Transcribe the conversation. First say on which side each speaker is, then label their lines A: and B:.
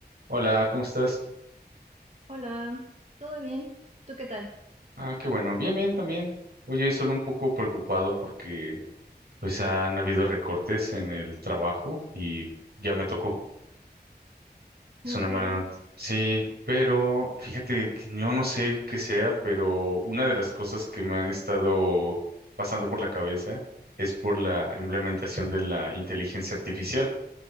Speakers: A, on the right (about 65°); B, on the right (about 40°).
A: Hola, ¿cómo estás?
B: Hola, ¿todo bien? ¿Tú qué tal?
A: Ah, qué bueno, bien, bien también. Oye, solo un poco preocupado porque pues han habido recortes en el trabajo y ya me tocó. Es
B: ¿Cómo
A: una
B: crees?
A: mala noticia. Sí, pero fíjate que yo no sé qué sea, pero una de las cosas que me han estado pasando por la cabeza es por la implementación de la inteligencia artificial,